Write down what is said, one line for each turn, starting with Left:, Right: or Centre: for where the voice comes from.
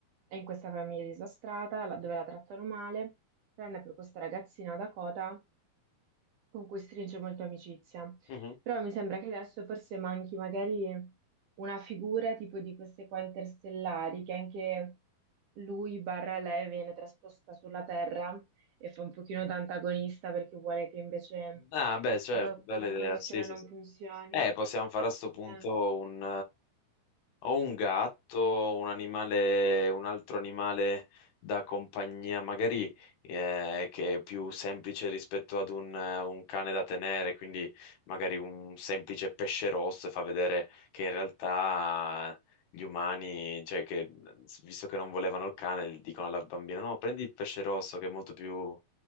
Right: È in questa famiglia disastrata la- dove la trattano male, tranne per questa ragazzina Dakota con cui stringe molto amicizia.
Left: Mhm.
Right: Però mi sembra che adesso forse manchi magari una figura tipo di queste qua interstellari, che anche lui barra lei viene trasposta sulla Terra e fa un pochino da antagonista perché vuole che invece
Left: Ah, beh, certo,
Right: eh,
Left: bella
Right: la
Left: idea,
Right: sua missione
Left: sì, sì,
Right: non
Left: sì.
Right: funzioni.
Left: Eh, possiamo fare a sto punto
Right: Eh.
Left: un, Ho un gatto, un animale, un altro animale da compagnia, magari eh, che è più semplice rispetto ad un, eh, un cane da tenere, quindi magari un semplice pesce rosso e fa vedere che in realtà gli umani, cioè che visto che non volevano il cane, dicono alla bambina: no, prendi il pesce rosso che è molto più.